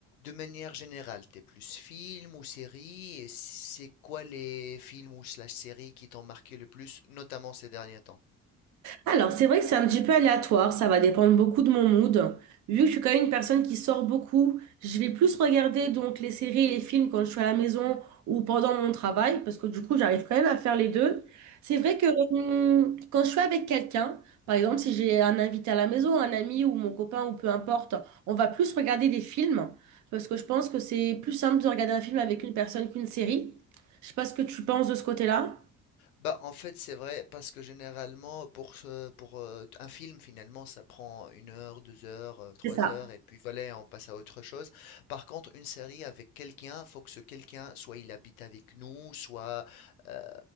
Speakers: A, on the left; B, on the right.
A: De manière générale, t'es plus film ou série, et c'est quoi les films ou slash séries qui t'ont marqué le plus, notamment ces derniers temps?
B: Alors, c'est vrai que c'est un petit peu aléatoire, ça va dépendre beaucoup de mon mood. Vu que je suis quand même une personne qui sort beaucoup, je vais plus regarder donc les séries et les films quand je suis à la maison ou pendant mon travail, parce que du coup, j'arrive quand même à faire les deux. C'est vrai que hum, quand je suis avec quelqu'un, par exemple, si j'ai un invité à la maison, un ami ou mon copain ou peu importe, on va plus regarder des films, parce que je pense que c'est plus simple de regarder un film avec une personne qu'une série. Je sais pas ce que tu penses de ce côté-là.
A: Bah, en fait, c'est vrai parce que généralement, pour ce pour, heu, un film, finalement, ça prend une heure, 2 heures, heu, 3
B: C'est ça.
A: heures et puis voilà, on passe à autre chose. Par contre, une série avec quelqu'un, faut que ce quelqu'un, soit il habite avec nous, soit, heu,